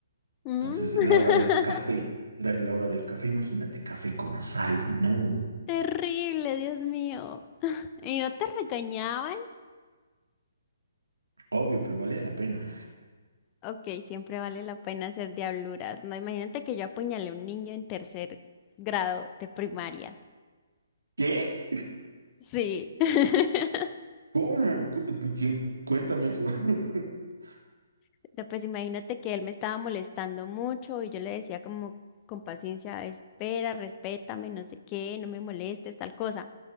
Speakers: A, on the left (about 25°); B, on the right (about 80°).
A: Mm.
B: Entonces, la
A: <laughs>
B: hora del café, era la hora del café. Imagínate, café con sal, no.
A: Terrible, Dios mío. <laughs> ¿Y no te regañaban?
B: Obvio, pero valía la pena.
A: Ok, siempre vale la pena hacer diabluras. No, imagínate que yo apuñalé a un niño en tercer grado de primaria.
B: ¿Qué?
A: Sí. <laughs>
B: ¿Cómo? Cu- ¿Quién? Cuéntame eso. <laughs>
A: No, pues imagínate que él me estaba molestando mucho y yo le decía como con paciencia, espera, respétame, no sé qué, no me molestes, tal cosa.